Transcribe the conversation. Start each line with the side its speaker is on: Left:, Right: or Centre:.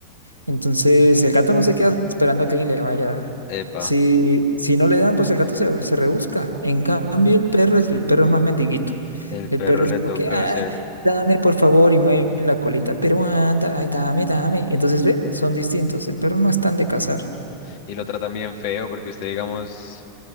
Right: Entonces el gato no se queda esperando a que alguien le vaya a dar.
Left: Epa,
Right: Si, si no le dan, pues el gato se, se rebusca. En cambio el perro es, el perro es más mendiguito.
Left: el
Right: El
Left: perro
Right: perro
Left: le
Right: es como
Left: toca
Right: que, ay,
Left: hacer,
Right: dame por favor y mueve la colita, pero anda, ay, dame, dame. Entonces, ¿ve? Son distintos. El perro no es tan de cazar.
Left: y lo tratan bien feo, porque usted, digamos,